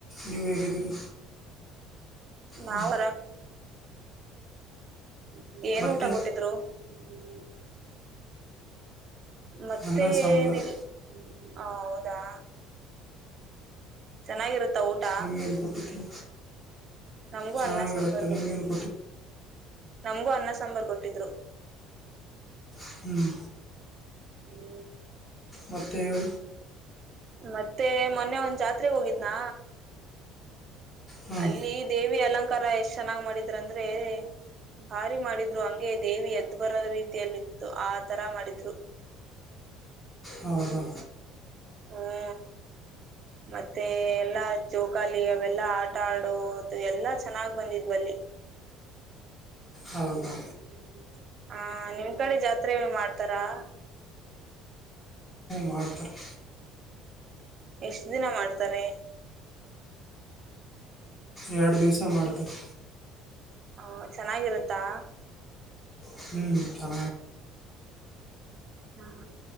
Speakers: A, on the left; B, on the right.
A: ನೀುವೇ ಗಿದ್ದರು
B: ನಾವು
A: ಹ್ಮ.
B: ಹ್ಮ್ಮ್. ಏನ್
A: ಮತ್ತೆ
B: ಊಟ ಕೊಟ್ಟಿದ್ರು. ಹ್ಮ್. ಮತ್ತೆನಲ್ಲಿ.
A: ಅನ್ನ ಸಾಂಬಾರು
B: ಹಾ ಹೌದಾ. ಚೆನ್ನಾಗಿರುತ್ತ ಊಟ.
A: ನಿಮಗೇನು ಕೊಟ್ಟಿದ್ರು
B: ನಮ್ಗೂ
A: ಚೆನ್ನಾಗಿರುತ್ತೆ
B: ಅನ್ನ ಸಾಂಬಾರ್ ಕೊಟ್ಟಿದ್ರು
A: ನಿಮಗೇನು
B: ನಮಗೂ ಅನ್ನ ಸಾಂಬಾರ್ ಕೊಟ್ಟಿದ್ರು ಹ
A: ಹ್ಮ್
B: ಹ್ಮ್
A: ಮತ್ತೇಳ
B: ಮತ್ತೆ ಮೊನ್ನೆ ಒಂದ್ ಜಾತ್ರೆಗೆ ಹೋಗಿದ್ನಾ
A: ಹಾಂ
B: ಅಲ್ಲಿ ದೇವಿ ಅಲಂಕಾರ ಕಾರರ ಎಷ್ಟ್ ಚೆನ್ನಾಗ್ ಮಾಡಿದ್ರರು ಅಂದ್ರೆ ಭಾರಿ ಮಾಡಿದ್ರು ಹಂಗೆ ದೇವಿ ಎದ್ದು ಬರೋ ರೀತಿಯಲ್ಲಿತ್ತು ಆ ತರ ಮಾಡಿದ್ರು
A: ಹೌದುಾ
B: ಹ್ಮ ಮತ್ತೆ ಎಲ್ಲಾ ಜೋಕಾಲಿ ಅವೆಲ್ಲಾ ಆಟ ಆಡೋದು ಎಲ್ಲಾ ಚೆನ್ನಾಗ್ ಬಂದಿದ್ವಲ್ಲಿ
A: ಹೌದಾ
B: ಹ್ಮ್ಮ್ಮ ಹ್ಮ ಹಾ ನಿಮ್ ಕಡೆ ಜಾತ್ರೆ ಮಾಡ್ತಾರಾ
A: ಮಾಡ್ತಾರೆ
B: ಎಷ್ಟ ದಿನ ಮಾಡ್ತಾರೆ
A: ಎರಡು ದಿವ್ಸ ಮಾಡ್ತಾರೆ
B: ಹ ಚೆನ್ನಾಗಿರುತ್ತಾ
A: ಹ್ಮ್ ಚ
B: ಹ್ಮ